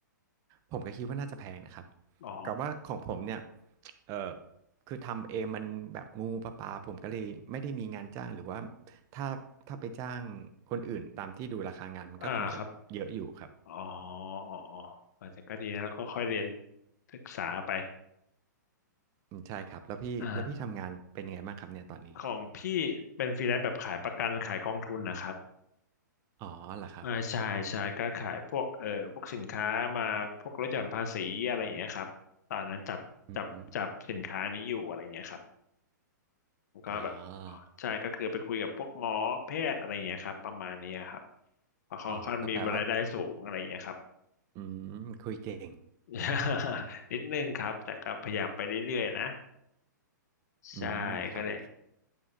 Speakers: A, on the right (about 30°); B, on the left (about 60°).
A: ผมก็คิดว่าน่าจะแพงนะครับ
B: อ๋อ
A: กับว่าของผมเนี่ยเออคือทำเองมันแบบงูปลาปลาผมก็เลยไม่ได้มีงานจ้างหรือว่าถ้าถ้าไปจ้างคนอื่นตามที่ดูราคางานมันก็คงจะเยอะอยู่ครับ
B: อ่าครับอ๋ออ๋ออ๋อเออแต่ก็ดีนะแล้วก็ค่อยเรียนศึกษาไป
A: อืมใช่ครับ แล้วพี่แล้วพี่ทำงานเป็นยังไงบ้างครับเนี่ยตอนนี้
B: อ่าของพี่เป็นฟรีแลนซ์แบบขายประกันขายกองทุนนะครับ
A: อ๋อเหรอครับ
B: อ่าใช่ใช่ก็ขายพวกเออพวกสินค้ามาพวกลดหย่อนภาษีอะไรอย่างเงี้ยครับตอนนั้นจับจับจับสินค้านี้อยู่อะไรอย่างเงี้ยครับ
A: อืม
B: ผมก็แบบเอ่อใช่ก็คือไปคุยกับพวกหมอแพทย์อะไรอย่างเงี้ยครับประมาณนี้ครับ
A: อ๋อ
B: เพราะเของค่อนมีรายได้สูงอะไรอย่างเงี้ยครับ
A: อ๋อก็แปลว่าอืมคุยเก่ง
B: <laughs> นิดนึงครับแต่ก็พยายามไปเรื่อยๆนะ
A: อืมครับ
B: ใช่ก็เลย